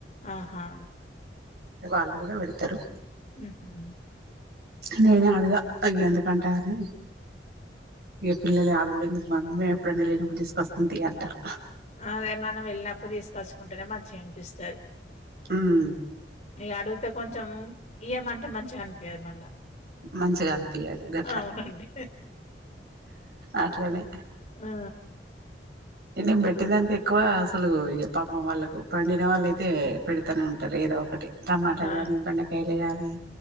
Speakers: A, on the left; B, on the right.
A: ఆహా
B: వాళ్ళు కూడా పెడతారు
A: ఉహూ
B: నేనే అడగా. ఎందుకంటే అని ఇగా పిల్లలు అడుగుదెందుకు మమ్మే ఎప్పుడైనా లేనప్పుడు తీసుకొస్తుంది అంటారు.
A: అదే మనం వెళ్ళినప్పుడు తీసుకొచ్చుకుంటేనే మన్ చె పిస్తాది
B: ఉమ్
A: ఇ అడిగితే కొంచెం ఇయ్యం అంటే మంచిగనిపియదు మళ్ళా
B: మంచిగా అనిపియదు గట్ల
A: అవునండి.
B: అట్లనే
A: ఆ!
B: నేను పెట్టి దానికి ఎక్కువ అసలు పాపం వాళ్ళకు పండిన వాళ్ళు అయితే పెడతానే ఉంటారు ఏదో ఒకటి టమాటా
A: అవును.
B: గానీ బెండకాయలు కానీ